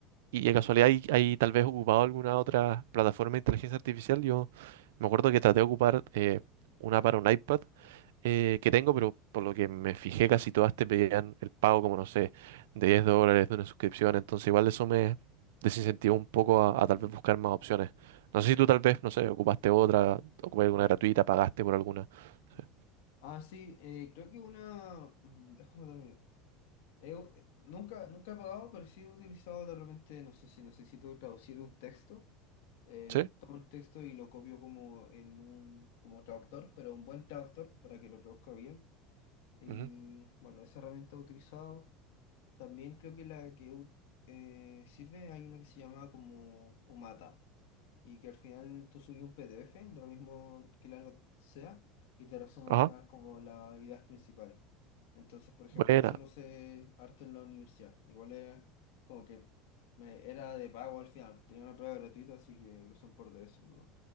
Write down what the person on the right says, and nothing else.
y de casualidad hay, hay tal vez ocupado alguna otra plataforma de inteligencia artificial? Yo me acuerdo que traté de ocupar eh, una para un iPad eh, que tengo, pero por lo que me fijé casi todas te pedían el pago, como no sé, de 10 dólares de una suscripción. Entonces igual eso me desincentivó un poco a,
a tal vez buscar más opciones. No sé si tú tal vez, no sé, ocupaste otra, ocupaste alguna gratuita, pagaste por alguna. Sí.
¿Sí?
Ujú.
Ajá.
Buena.